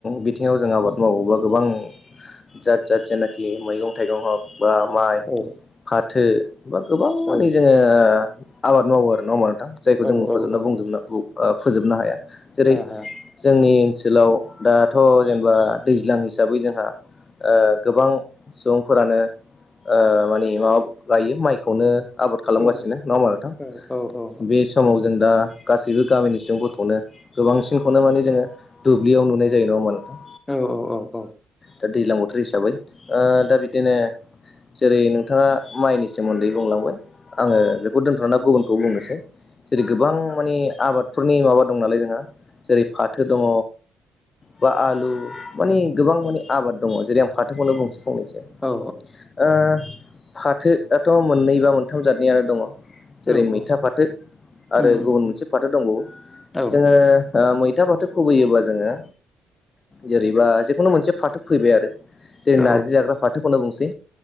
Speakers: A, on the left; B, on the left.
A: बिथिङाव जों आबाद मावो बा गोबां जात जात जेनाखि मैगं थाइगं हग बा माइ
B: औ
A: फा थो बा गोबां माननि
B: औ
A: जोङो आबाद मावो आरो ना नङाबा नोंथां जायखौ जों
B: औ
A: मुंख'जोबना
B: औ औ
A: बुं ना बुं ओ फोजोबनो हाया जेरै
B: हाया हाया
A: जोंनि ओनसोलाव दाथ' जेनेबा दैज्लां हिसाबै जोंहा ओ गोबां सुबुंफोरानो ओ माने माबा गायो माइखौनो आबाद खालामगासिनो
B: औ
A: नङा होनबा नोंथां
B: औ औ औ
A: बे समाव जों दा गासैबो गामिनि सुबुंफोरखौनो गोबांसिनखौनो माने जोङो दुब्लियाव नुनाय जायो नङा होनबा नोंथां।
B: नोंगौ औ औ
A: दा दैज्लां बोथोर हिसाबै ओ दा बिदिनो जेरै नोंथाङा माइनि सोमोन्दै बुंलांबाय आङो बे खौ दोनथ'ना गुबुनखौ दोननोसै जेरै गोबां मानि आबादफोरनि माबा दं नालाय जोंहा जेरै फाथो दङ बा आलु मानि गोबां माने आबाद दङ जेरै आं फाथोखौनो' बुंंनोसेै फंनैसो
B: औ
A: ओ फाथोआथ' मोननै बा मोनथाम जादनियानो दङ। जेरै
B: औ
A: मैथा
B: औ
A: फाथो आरो
B: उम
A: गुबुन
B: उम
A: मोनसे फाथो दंबावो
B: औ
A: जोङो ओ ओ मैथा फाथो खुबैयोब्ला जोङो जेरैबा जेखुनु मोनसे फाथो खुबैबाय आरो जेरै
B: औ
A: नारजि जाग्रा फाथोखौनो बुंनोसै